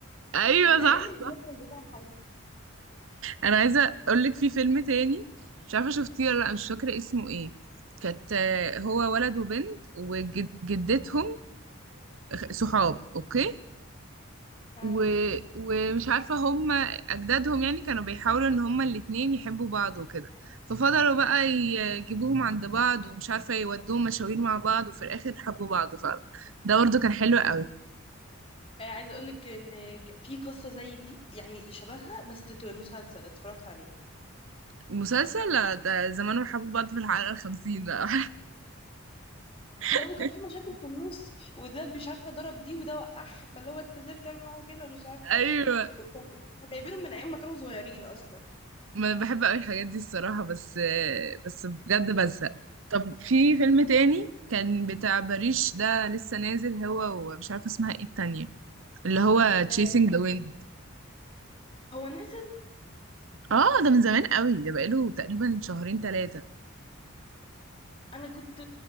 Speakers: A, on the left (about 25°); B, on the right (about 65°).
A: <laughs>
B: ايوه
A: من أيام
B: صح
A: المسلسل بتاع حب
B: انا عايزه اقول لك في فيلم تاني مش عارفه شفتيه ولا لا مش فاكره اسمه ايه كانت آه، هو ولد وبنت وجدتهم صحاب اوكي
A: آه.
B: و... ومش عارفه هم اجدادهم يعني كانوا بيحاولوا ان هم الاتنين يحبوا بعض وكده ففضلوا بقى يجيبوهم عند بعض ومش عارفه يودوهم مشاوير مع بعض وفي الاخر حبوا بعض فعلا ده برضه كان حلو قوي
A: آه، عايزة أقولك إن ك- في قصة زي دي يعني شبهها بس تو- مسلسل اتفرجت عليه
B: مسلسل لا، ده زمانهم حبوا بعض في الحلقه الخمسين بقى
A: لا
B: <laughs>
A: وكان في مشاكل في النص وده مش عارفة ضرب دي وده وقعها فاللي هو انت ازاي بتعمل معاه كده ومش عارفة
B: ايوه
A: ايه وكان- كانوا جايبينهم من أيام ما كانوا صغيرين أصلا
B: ما انا بحب قوي الحاجات دي الصراحة بس بس بجد بزهق طب في فيلم تاني كان بتاع باريش ده لسه نازل هو ومش عارفة اسمها ايه التانية اللي هو
A: آه،
B: Chasing the Wind
A: هو نزل
B: اه ده من زمان قوي ده بقاله تقريبا شهرين ثلاثة
A: انا كنت